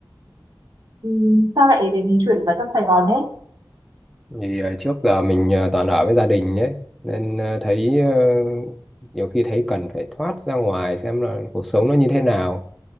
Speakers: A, on the right (about 65°); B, in the centre.
A: Ừ, sao lại đến chuyển vào trong Sài Gòn thế?
B: thì ờ, trước giờ mình ờ, toàn ở với gia đình nhé nên ờ, thấy ờ, nhiều khi thấy cần phải thoát ra ngoài xem là cuộc sống nó như thế nào